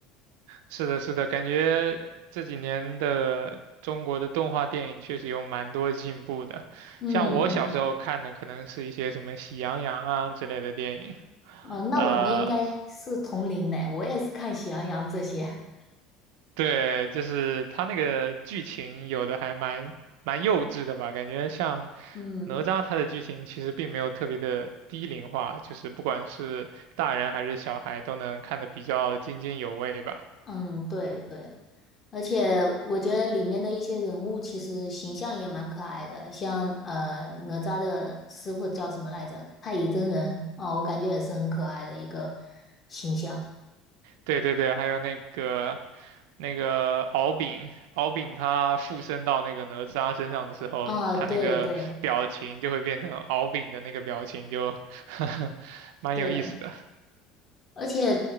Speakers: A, on the right (about 80°); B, on the left (about 30°).
A: 是的，是的，感觉这几年的中国的动画电影确实有蛮多进步的。
B: 嗯嗯。
A: 像我小时候看的，可能是一些什么《喜羊羊》啊之类的电影，
B: 嗯，那我们应该是同龄的，
A: 呃，
B: 我也是看喜羊羊这些。
A: 对，就是他那个剧情有的还蛮蛮幼稚的吧，感觉像
B: 嗯
A: 哪吒他的剧情其实并没有特别的低龄化，就是不管是大人还是小孩都能看得比较津津有味吧。
B: 嗯，对对，而且我觉得里面的一些人物其实形象也蛮可爱的，像呃哪吒的师傅叫什么来着？太乙真人啊，我感觉也是很可爱的一个形象。
A: 对对对，还有那个那个敖丙，敖丙他附身到那个哪吒身上的时候，
B: 啊，
A: 他那个表情就会变成敖丙的那个表情就，
B: 对对
A: <laughs> 蛮有意思的。
B: 对，而且，